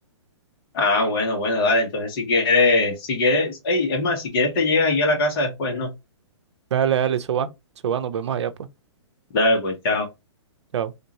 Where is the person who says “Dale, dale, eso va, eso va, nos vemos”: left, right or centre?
Right